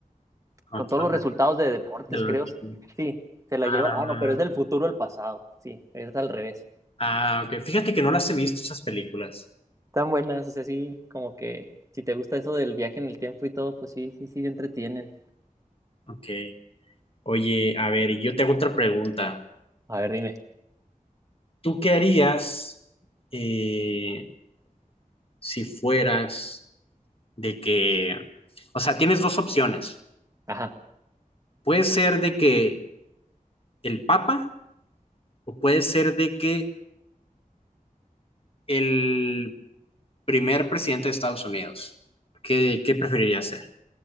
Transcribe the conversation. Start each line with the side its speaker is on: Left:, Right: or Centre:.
Left: No,
Right: con
Left: tú
Right: todos
Left: hablas
Right: los resultados de deportes,
Left: de la
Right: creo.
Left: religión.
Right: Sí, se la
Left: Ah,
Right: lleva. Ah, no, pero es del futuro al pasado. Sí, es al revés.
Left: ah, ok. Fíjate que no las he visto esas películas.
Right: tan buenas, o sea, sí, como que si te gusta eso del viaje en el tiempo y todo, pues sí, sí, sí, te entretienen.
Left: Ok. Oye, a ver, yo te hago otra pregunta.
Right: A ver, dime.
Left: ¿Tú qué harías eh, si fueras de que, o sea, tienes dos opciones.
Right: Ajá.
Left: Puede ser de que el Papa o puede ser de que el primer presidente de Estados Unidos, ¿qué, qué preferiría ser?